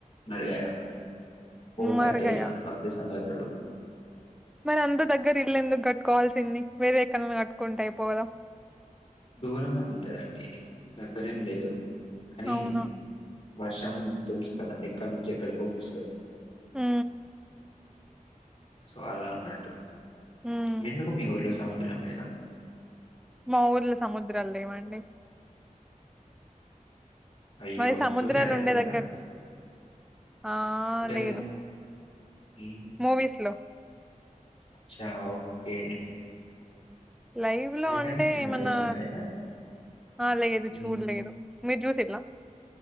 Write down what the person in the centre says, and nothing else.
మరిగయ
మరి అందరి దగ్గర ఇల్ళందుకు కట్టుకోవాల్సింది వేరే ఎ కన్నా కట్టుకుంటా అయిపోగదా
అవునా
హ
ఉమ్
మా ఊర్ళ సముద్రాలు లేవండి
మరి సముద్రాలు
ఉండే దగ్గర ఆ
లేదు
మూవీస్ లో
లైవ్ లో
అంటే
ఏమన్నా
ఆ లేదు
చూడలేదు మీరు జూసిల్లా